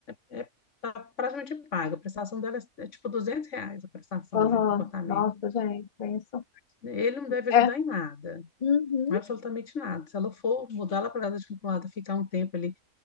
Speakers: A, on the left; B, on the left.
A: é, é, tá praticamente pago. A prestação dela é, é tipo 200 reais a prestação
B: Aham.
A: de, do apartamento.
B: Nossa, gente, pensa.
A: Ele não deve
B: É,
A: ajudar em nada,
B: uhum.
A: absolutamente nada. Se ela for mudar lá para casa de acumulada, ficar um tempo ali